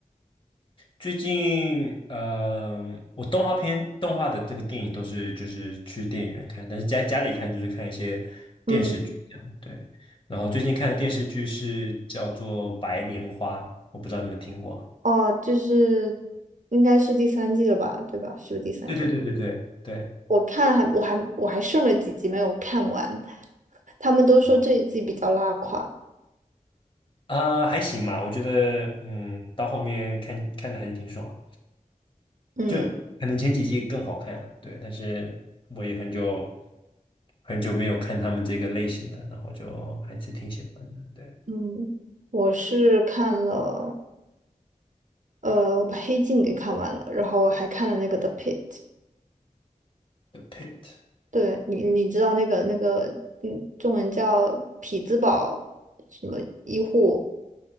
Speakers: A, on the left; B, on the right.
A: 最近，嗯、我动画片、动画的这个电影都是就是去电影院看，但是在家里看就是看一些电视剧这样，
B: 嗯。
A: 对。然后最近看的电视剧是叫做《白莲花》，我不知道你们听过。
B: 哦，就是应该是第三季了吧，对吧？是不是第三季？
A: 对对对对对对，
B: 我看还我还我还剩了几集没有看完，他们都说这一季比较拉垮。
A: 哦啊、还行吧，我觉得，嗯，到后面看看的还是挺爽的
B: 嗯
A: 就可能前几季更好看了，对。但是我也很久很久没有看他们这个类型的，然后就还是挺喜欢的，对。
B: 嗯，我是看了，呃，我把《黑镜》给看完了，然后还看了那个《The Pitt》。
A: The Pit。
B: 对你，你知道那个那个，嗯，中文叫匹兹堡什么医护？